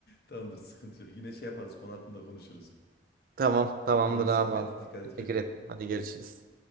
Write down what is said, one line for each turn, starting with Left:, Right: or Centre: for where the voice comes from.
Left: Tamamdır, sıkıntı yok. Yine şey yaparız, konu hakkında konuşuruz.
Right: Tamam, tamamdır
Left: Olur mu? O sohbette
Right: abi vallahi.
Left: dikkat et
Right: Teşekkür
Left: kendine.
Right: ederim. Hadi görüşürüz.